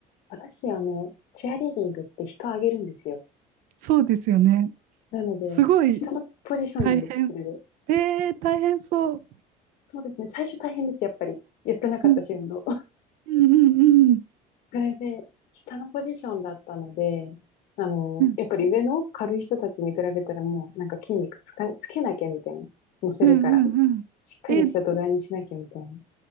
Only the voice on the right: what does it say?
そうですよね。
すごい
大変す。
えー、大変そう。
うん、
うん、うん、
うん、
うん、うん、うん。
え、